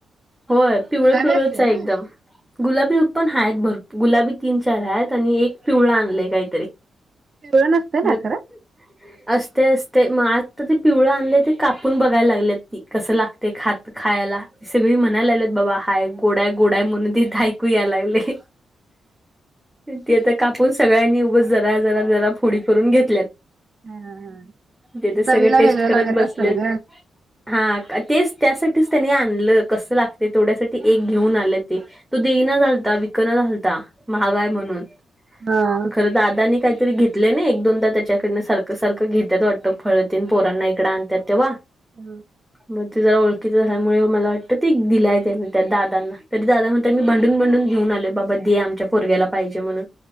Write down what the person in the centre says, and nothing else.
होय पिवळं
पिवळच
आहे
एकदम. गुलाबी उप्पन आहेत भर गुलाबी तीन चार आहेत आणि एक पिवळा आणलंय काहीतरी.
मग
<unintelligible> असते असते म आता ते पिवळं आणले ते कापून बघायला लागले ती कसं लागते खात खायला सगळी म्हणायला लागलेत बाबा हाय गोडा आहे गोड आहे म्हणून देत हायत ऐकू याय लागलय. ती आता कापून सगळ्यांनी उगच जरा जरा जरा फोडी करून घेतल्यात.
ते तर सगळे
टेस्ट
करत
बसल्यात.
हा तेच त्यासाठीच त्यांनी आणलं कसं लागते तेवढ्यासाठी एक घेऊन आले ते तो दे ही झालता विकणं घालता. महाग आहे म्हणून
खरं दादानी काहीतरी घेत तले ना एक दोनदा त्याच्याकडनं सारं सारखं घेत्यात वाटतं फळ तेन पोरांना इकडं आणतात तेव्हा.
म तिजा ओळख झाल्यामुळे मला वाटत ते दिलाय त्यान त्या दादांना तरी दादा म्हणत्यात मी भांडून भांडून घेऊन आलोय बाबा दे आमच्या पोरग्याला पाहिजे म्हणून